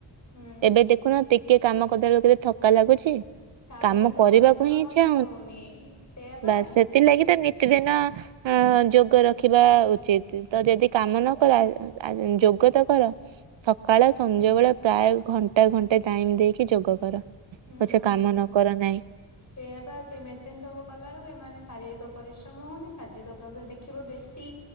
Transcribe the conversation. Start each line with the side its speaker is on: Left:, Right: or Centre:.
Left: ହୁଁ।
Right: ଏବେ ଦେଖୁନ କିଏ କାମ <inaudible> କେତେ ଥକା ଲାଗୁଛି
Left: ଶାରୀରିକ
Right: କାମ କରିବାକୁ
Left: ପରିଶ୍ରମ
Right: ଇଚ୍ଛା
Left: ହିଁ ହଉନି ସେଇଆା ପା
Right: ବାସ୍ ସେଥିଲାଗି ତ ନିତିଦିନ ଅ ଯୋଗ ରଖ ଦେଖିବା ଉଚିତ୍ ତ ଯଦି କାମ ନ କର ଅ ଯୋଗ ତ କର ସକାଳ ସଞ୍ଧ୍ୟବେେଳେ ପ୍ରାୟ ଘଣ୍ଟା ଘଣ୍ଟେ ଟାଇମ ଦେଇକି ଯୋଗ କର।
Left: ହୁଁ
Right: ପଛେ କାମ ନ କର ନାହିଁ।
Left: ସେଆପ ସେ ମେସିନ ସବୁ କଲା ବେଳକୁ ଏ ମାନେ ଶାରୀରିକ ପରିଶ୍ରମ ହଉନି ଶାରୀରିକ ପରିଶ୍ରମ ଦେଖିବ ବେଶୀ